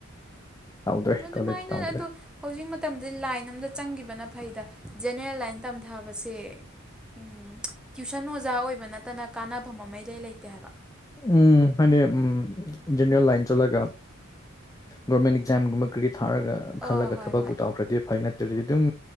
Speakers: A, on the left (about 15°); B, in the centre.
A: ꯇꯧꯗ꯭ꯔꯦ
B: ꯑꯗꯨꯃꯥꯏꯅ
A: ꯀꯣꯂꯦꯖ ꯇꯧꯗ꯭ꯔꯦ
B: ꯑꯗꯣ ꯍꯧꯖꯤꯛ ꯃꯇꯝꯗꯗꯤ ꯂꯥꯏꯟ ꯑꯝꯗ ꯆꯪꯈꯤꯕꯅ ꯐꯩꯗ ꯖꯦꯅꯦꯔꯦꯜ ꯂꯥꯏꯟ ꯇꯝꯊꯕꯁꯦ ꯎꯝ ꯇ꯭ꯋꯤꯁꯟ ꯑꯣꯖꯥ ꯑꯣꯏꯕ ꯅꯠꯇꯅ ꯀꯥꯟꯅꯐꯝ ꯑꯃ ꯏꯂꯩꯩ ꯂꯩꯇꯦ ꯍꯥꯏꯕ
A: ꯎꯝ ꯍꯥꯏꯗꯤ ꯎꯝ ꯖꯦꯅꯔꯦꯜ ꯂꯥꯏꯟ ꯆꯠꯂꯒ ꯒꯣꯔꯃꯦꯟ ꯑꯦꯛꯖꯥꯝꯒꯨꯝꯕ ꯀꯔꯤ ꯊꯥꯔꯒ
B: ꯑ
A: ꯈꯜꯂꯒ
B: ꯍꯣꯏ
A: ꯊꯕꯛꯄꯨ
B: ꯍꯣꯏ
A: ꯇꯧꯈ꯭ꯔꯗꯤ ꯐꯩ ꯅꯠꯇ꯭ꯔꯗꯤ ꯑꯗꯨꯝ